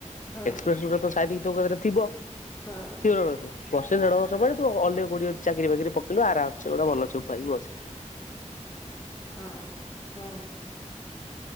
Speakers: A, on the left; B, on the left.
A: ହଁ
B: ଏକ୍ସପିରିଏନ୍ସ ଗୁରା କ
A: ହଁ।
B: ଥିବରଥିବ ବର୍ଷେ
A: ହୁଁ
B: ଢ ବର୍ଷ ପଡେ ତୁ ଅଗ କୋଡିଏ ଚାିରି ବାକିରି <unintelligible> ପକେଇିଲୁ ଆରାମସେ ଗୋଟେ ଭଲ ଜବ୍ ପାଇକି ବସି
A: ଓ ହଁ